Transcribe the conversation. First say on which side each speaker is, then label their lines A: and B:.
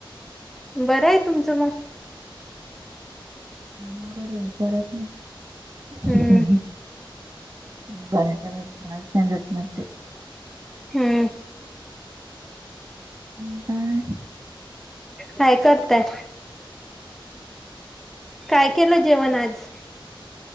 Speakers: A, in the centre; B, on the right.
A: बरंय, तुमचं मग.
B: नवरे लई हुषार हाईतना
A: हम्म
B: <unintelligible> म्हणते
A: हम्म
B: मग काय
A: काय करताय काय केलं जेवण आज